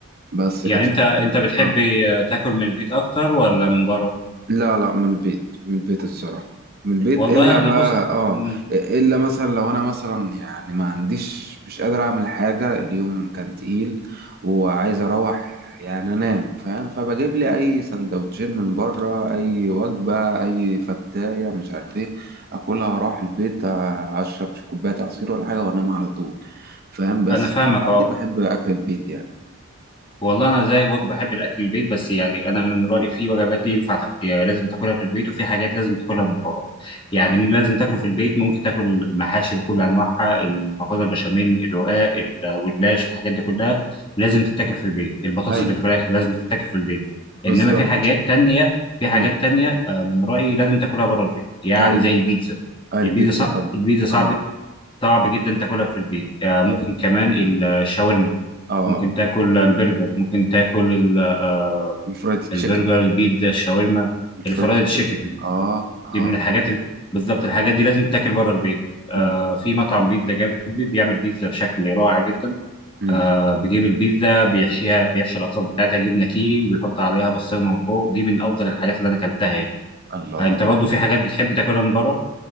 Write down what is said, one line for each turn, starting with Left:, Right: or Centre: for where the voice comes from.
Right: بس
Left: يعني
Right: كانت
Left: انت
Right: فترة
Left: انت بتحب
Right: آه.
Left: آه، تاكل من البيت اكتر ولا من بره؟
Right: لا لا من البيت من البيت الصراحة من من البيت
Left: والله
Right: إلا
Left: انا
Right: بقى
Left: بص
Right: آه
Left: مم.
Right: إلا
Left: مم.
Right: مثلا لو أنا مثلا يعني ما عنديش مش قادر أعمل حاجة اليوم كان تقيل وعايز أروح يعني أنام فاهم فبجيب لي أي سندوتشين من بره أي وجبة أي فتاية مش عارف إيه أكلها وأروح البيت آه، أشرب كوباية عصير ولا حاجة وأنام على طول فاهم بس
Left: انا فاهمك
Right: في العادي
Left: اه
Right: بحب أكل البيت يعني
Left: والله انا زيك برضه بحب الاكل البيت بس يعني انا من رايي في وجبات ينفع تاك... يعني لازم تاكلها في البيت وفي حاجات لازم تاكلها من بره يعني
Right: آه
Left: اللي لازم تاكله في البيت ممكن تاكل المحاشي بكل انواعها المكرونه البشاميل الرقاق الجلاش الحاجات دي كلها لازم تتاكل في البيت البطاطس
Right: أيوه
Left: بالفراخ
Right: طبعا
Left: لازم تتاكل في البيت
Right: بالظبط
Left: انما في حاجات تانية في
Right: أمم.
Left: حاجات تانية آه، من رايي لازم تاكلها بره البيت يعني
Right: أمم.
Left: زي البيتزا
Right: اه البيتزا
Left: البيتزا صعب
Right: طبعا
Left: البيتزا صعب
Right: اه
Left: صعب جدا تاكلها في البيت آه، ممكن
Right: ايوه
Left: كمان الشاورما
Right: اه
Left: ممكن تاكل البرجر ممكن تاكل ال- آه،
Right: الفرايد تشيكن
Left: البرجر البيتزا الشاورما
Right: الفرايد
Left: الفرايد
Right: تشيكن
Left: تشيكن
Right: اه اه
Left: دي من الحاجات ال... بالظبط
Right: آه.
Left: الحاجات دي لازم تاكل بره البيت آه
Right: مم.
Left: في مطعم بيتزا جنبي بيعمل بيتزا بشكل رائع جدا
Right: مم.
Left: آه بيجيب البيتزا بيحشيها بيحشي الاطراف بتاعتها جبنه كيري وبيحط عليها بصمه من فوق دي من افضل الحاجات اللي انا اكلتها يعني
Right: الله
Left: آه انت برضه في حاجات بتحب تاكلها من بره